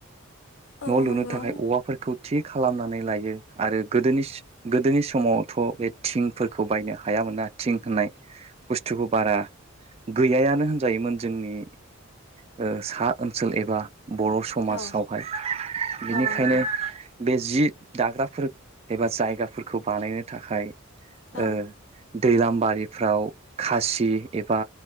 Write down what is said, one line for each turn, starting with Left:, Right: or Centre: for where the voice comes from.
Left: औ
Right: न' लुनो
Left: नंगौ
Right: थाखाय औवाफोरखौ थि खालामनानै लायो आरो। गोदोनि स- गोदोनि समावथ' बे थिंफोरखौ बायनो हायामोना थिं होननाय बुस्थु खौ बारा गैयानो होनजायोमोन जोंनि। ओ-सा ओनसोल एबा बर' समाजावहाय
Left: औ
Right: बिनिखायनो
Left: औ नंगौ
Right: बे जि दाग्राफोर। एबा जायगाफोरखौ बानायनो थाखाय
Left: औ
Right: ओ- <unintelligible> बारिफ्राव खासि एबा